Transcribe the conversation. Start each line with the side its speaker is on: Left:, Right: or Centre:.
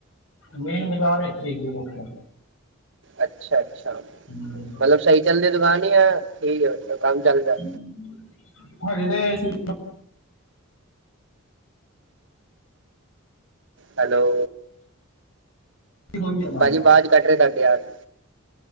Left: ਮੇਨ ਬਾਜ਼ਾਰ ਇੱਥੇ ਹੈਗੀ ਲੋਕਲ।
Right: ਅੱਛਾ, ਅੱਛਾ,
Left: ਹਮ,
Right: ਮਤਲਬ ਸਹੀ ਚੱਲਦੀ ਹੈ ਦੁਕਾਨ ਜਾਂ, ਠੀਕ ਹੈ ਕੰਮ ਚੱਲਦਾ।
Left: ਹੂੰ ਹਜੇ ਤੇ ਅਸੀਂ।
Right: ਹੈਲੋ।
Left: ਖੋਲੀ ਆ ਦੁਕਾਨ
Right: ਭਾਜੀ ਆਵਾਜ਼ ਕੱਟ ਕੱਟ ਕੇ ਆ ਰਹੀ।